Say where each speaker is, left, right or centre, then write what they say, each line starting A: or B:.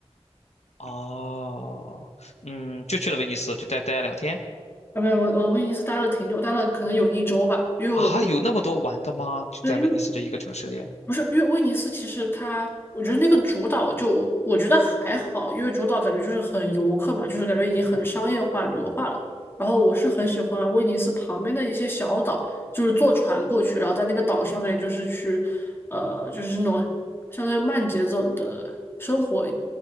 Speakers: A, on the left; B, on the left.
A: 哦，嗯，就去了威尼斯，就待待了两天
B: 啊，没有，我我威尼斯待了挺久，待了可能有一周吧，因为我是去，
A: 啊，有那么多玩的吗？就在威尼斯这一个城市里。
B: 对，因为不是，因为威尼斯其实它，我觉得那个主岛就我觉得还好，因为主岛感觉就是很游客嘛，就是感觉已经很商业化、旅游化了。然后我是很喜欢威尼斯旁边的一些小岛，就是坐船过去，然后在那个岛上面就是去，呃，就是那种相当于慢节奏的生活，